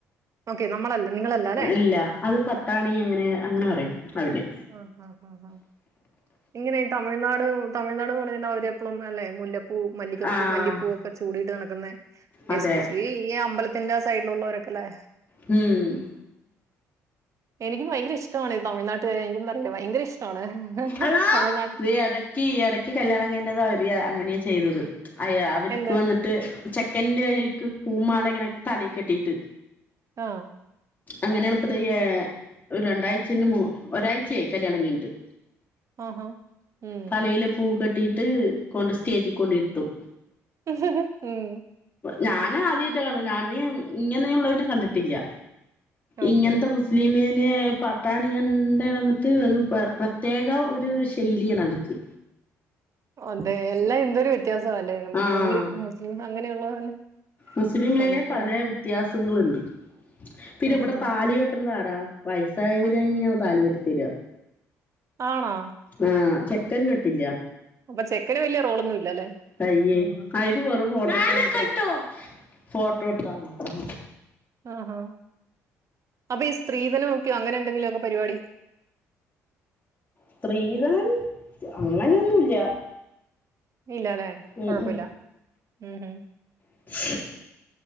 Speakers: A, on the right; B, on the left.
A: ഓക്കെ നമ്മളല്ല നിങ്ങളല്ല അല്ലേ
B: അല്ല അത് പട്ടാണി അങ്ങനെ അങ്ങനെ പറയും അതിന്
A: ആഹ് ആഹ് ആഹ് ആഹ് ഇങ്ങനെ ഈ തമിഴ്നാട് തമിഴ്നാട്ന്ന് പറഞ്ഞിണ്ട അവരെപ്പളും നല്ല മുല്ലപ്പൂ മല്ലിക്കപ്പൂ
B: ആഹ്
A: മല്ലി പൂവൊക്കെ ചൂടീട്ട് നടക്കുന്നെ
B: അതെ
A: എസ്പെഷ്യലി ഈ അമ്പലത്തിന്റെ സൈഡിലുള്ളവരൊക്കെല്ലേ
B: ഉം
A: എനിക്കും ഭയങ്കര ഇഷ്ടമാണ് തമിഴ്നാട്ട്കാരെ എനിക്കെന്തറിയാ ഭയങ്കര ഇഷ്ടമാണ്
B: ഹലോ
A: തമിഴ്നാട്ടിൽ
B: എടക്ക് ഈ എടക്ക് കല്യാണം കഴിഞ്ഞത അവര് അങ്ങനെയാ ചെയ്തത് അയാ അവരിക്ക്
A: എന്ത്
B: വന്നിട്ട് ട്ട് ചെക്കൻന്റെക്ക് പൂമാല ഇങ്ങനെ തലെക്കെട്ടിയിട്ട്
A: ആഹ്
B: അങ്ങനെയാണ് ഇപ്പത്തെ ഒരു രണ്ടാഴ്ചന് ഒരാഴ്ച യിച്ചയായി കല്യാണം കഴിഞ്ഞിട്ട്
A: ആഹാ ഉം
B: തലയില് പൂക്കെ കെ ട്ടിട്ട് കൊണ്ട് സ്റ്റേജി കൊണ്ടിരുത്തും
A: ഉം
B: ഞാന് ആദ്യായിട്ട കാണുന്നെ ഞാൻ ഇങ്ങനെയു ള്ളതിനെ കണ്ടിട്ടില്ല
A: ഓക്കെ
B: ഇങ്ങനത്തെ മുസ്ലിമെ പാട്ടാണിണ്ട വന്നിട്ട് ട്ട് അത് പ്രത്യേക ഒരു ശൈലിയാണ് അവർക്ക്
A: അതെ എല്ലാം എന്തൊരു വ്യ വ്യത്യാസം അല്ലേ
B: ആഹ്
A: ഉള്ളി മുസ്ലിം അങ്ങനെയുള്ള തന്നെ
B: മുസ്ലിമിലെ
A: നമുക്ക്
B: പല
A: തല്ലെ
B: വ്യത്യാസങ്ങളുണ്ട് പിന്നെ
A: ആഹ്
B: ഇവിടെ താലി കെട്ടണത് ആരാ വയസ്സായവരതന്നെ
A: ആ
B: താലികെട്ടി തര
A: ആണോ
B: ആഹ് ചെക്കൻ കെട്ടില്ല
A: അപ്പൊ ചെക്കന് വല്യ റോളൊന്നും ഇല്ലല്ലേ
B: അയ്യേ
A: ഉമ്
B: അയിക്ക് വെറും ഫോട്ടോഎടുത്ത ഫോട്ടോ എടുത്താമാത്രം
A: ആഹ് ആഹ് അപ്പൊ ഈ സ്ത്രീധന നോക്കെയോ അങ്ങനെ എന്തെങ്കിലും ഒക്കെ പരിപാടി
B: സ്ത്രീധനം അങ്ങനെയൊന്നുല്ല
A: ഇല്ലല്ലെ
B: ഉം
A: കൊഴപ്പല്ല
B: ഉം
A: ഉം ആഹ്
B: <unintelligible>